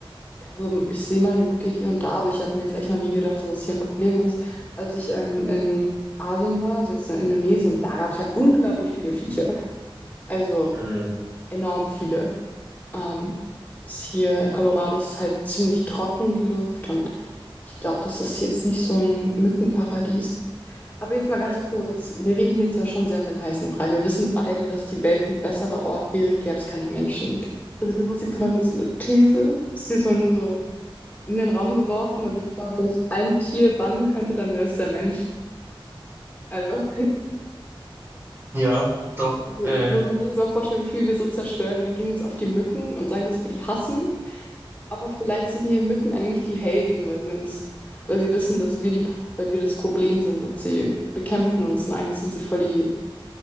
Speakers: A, on the left; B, on the right.
A: also ich sehe mal eine Mücke hier und da, aber ich habe mir jetzt echt noch nie gedacht, dass es hier ein Problem ist. Als ich ähm, in Asien war, also jetzt in Indonesien, da gab es ja unglaublich viele Viecher. Also
B: Mhm.
A: enorm viele. Ähm, es ist hier in Colorado ist halt ziemlich trocken, die Luft. Und ich glaube, das ist jetzt nicht so ein Mückenparadies. Aber jetzt mal ganz
B: Mhm.
A: kurz. Wir reden hier jetzt ja schon sehr um den heißen Brei. Wir wissen beide, dass die Welt ein besserer Ort wäre, gäbe es keine Menschen. Also das ist jetzt mal nur so eine These. Das ist jetzt mal nur so in den Raum geworfen. Aber ich glaube, wenn ich ein Tier bannen könnte, dann wäre es der Mensch. Also, <laughs>
B: Ja, doch.
A: also,
B: Äh,
A: wenn man sich jetzt mal vorstellt, wie viel wir so zerstören. Wir gehen jetzt auf die Mücken und sagen, dass wir die hassen. Aber vielleicht sind die Mücken eigentlich die Helden, weil sie uns, weil sie wissen, dass wir die, weil wir das Problem sind und sie bekämpfen uns. Und eigentlich sind sie voll die,